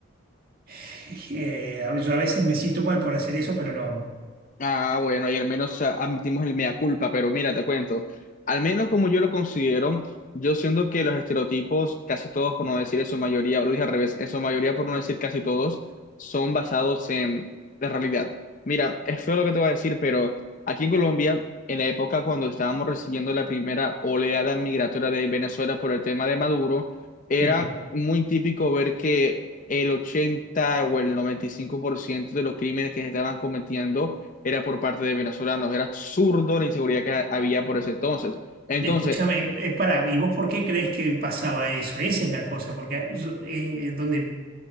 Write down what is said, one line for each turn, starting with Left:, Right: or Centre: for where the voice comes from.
Right: <laughs> eh, a- yo a veces me siento mal por hacer eso, pero lo hago.
Left: Ah, bueno, y al menos ah, admitimos el mea culpa, pero mira, te cuento, al menos como yo lo considero, yo siento que los estereotipos, casi todos por no decir en su mayoría, o lo dije al revés, en su mayoría por no decir casi todos, son basados en la realidad. Mira, es feo lo que te voy a decir, pero aquí en Colombia, en la época cuando estábamos recibiendo la primera oleada migratoria de Venezuela por el tema de Maduro, era
Right: Sí.
Left: muy típico ver que el 80 o el 95% de los crímenes que se estaban cometiendo era por parte de venezolanos, era absurdo la inseguridad que ha- había por ese entonces. Entonces,
Right: Escúchame, eh, pará, ¿y vos por qué crees que pasaba eso? Esa es la cosa, porque yo- eh, donde